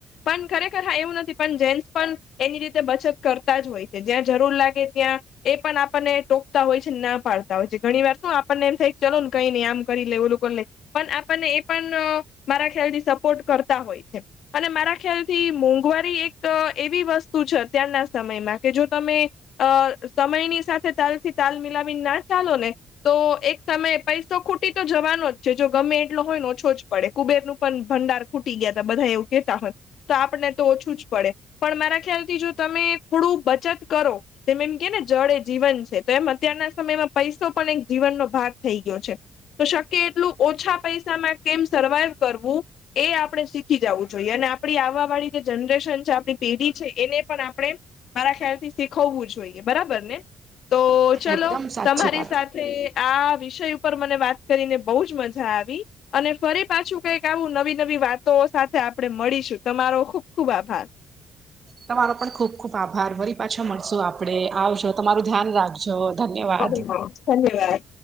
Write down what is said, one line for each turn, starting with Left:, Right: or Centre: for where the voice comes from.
Left: પણ ખરેખર હા એવું નથી પણ જેન્ટસ પણ એની રીતે બચત કરતા જ હોય છે જ્યાં જરૂર લાગે ત્યાં એ પણ આપણને ટોકતા હોય છે ના પાડતા હોય છે ઘણી વાર શું આપણને એમ થાય ચલો ને કઈ નઈ આમ કરી લેય ઓલું કરી લેય પણ આપણને એ પણ મારા ખ્યાલથી સપોર્ટ કરતા હોય છે. અને મારા ખ્યાલ થી મોંઘવારી એક એવી વસ્તુ છે અત્યારના સમયમાં કે જો તમે અ સમયની સાથે તાલ થી તાલ મિલાવી ના ચાલો ને તો એક સમયે પૈસો ખૂટી તો જવાનો જ છે જો ગમે એટલો હોય ને ઓછો જ પડે કુબેરનું પણ ભંડાર ખૂટી ગયા હતા બધા એવું કેતા હોય તો આપણને તો ઓછું જ પડે. પણ મારા ખ્યાલથી જો તમે થોડું બચત કરો જેમ એમ કે ને જળ એ જીવન છે તો એમ અત્યારના સમયમાં પૈસો પણ એક જીવનનો ભાગ થઈ ગયો છે. તો શક્ય એટલું ઓછા પૈસામાં કેમ સર્વાઈવ કરવું એ આપણે શીખી જવું જોઈએ અને આપણી આવા વાળી જે જનરેશન છે આપણી પેઢી છે એને પણ આપણે મારા ખ્યાલથી શીખવવું જોઈએ બરાબર ને તો ચલો
Right: એકદમ સાચી
Left: તમારી
Right: વાત
Left: સાથે આ વિષય ઉપર મને વાત કરીને બહુ જ મજા આવી અને ફરી પાછું આવું નવી નવી વાતો સાથે આપણે મળીશું તમારો ખુબ ખુબ આભાર.
Right: તમારો પણ ખુબ ખુબ આભાર વરી પાછા મળશું આપડે આવજો તમારું ધ્યાન રાખજો. ધન્યવાદ
Left: તમે પણ ધન્યવાદ